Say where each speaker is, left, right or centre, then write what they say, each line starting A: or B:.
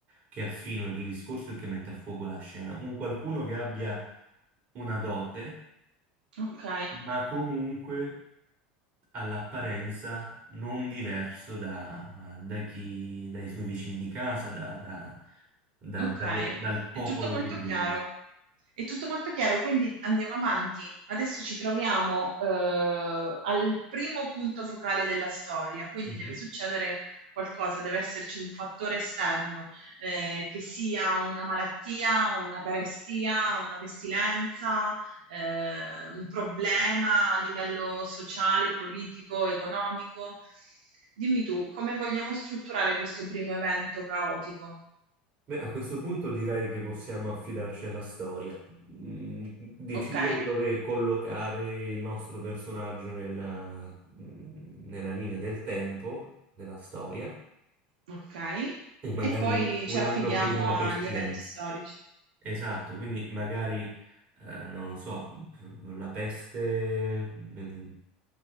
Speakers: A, on the right; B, on the right.
A: che affino il discorso e che mette a fuoco la scena. Un qualcuno che abbia una dote,
B: ok.
A: ma comunque all'apparenza non diverso da, da chi, dai suoi vicini di casa, da- da- da-
B: Ok,
A: dalle- dal popolo
B: è tutto molto
A: di dove
B: chiaro. È tutto molto chiaro, quindi andiamo avanti. Adesso ci troviamo eh, al primo punto focale della storia, quindi
A: vive.
B: deve succedere qualcosa, deve esserci un fattore esterno, eh, che sia una malattia, una carestia, una pestilenza, eh, un problema a livello sociale, politico, economico. Dimmi tu, come vogliamo strutturare questo primo evento caotico?
A: Beh, a questo punto direi che possiamo affidarci alla storia, Mm, decidere
B: Ok,
A: dove collocare il nostro personaggio nella, mm, nella linea del tempo, della storia,
B: Okay.
A: e magari
B: E poi
A: un un
B: ci affidiamo
A: anno prima la
B: agli
A: pestilenza.
B: eventi storici.
A: Esatto, quindi magari, eh, non lo so, la peste nel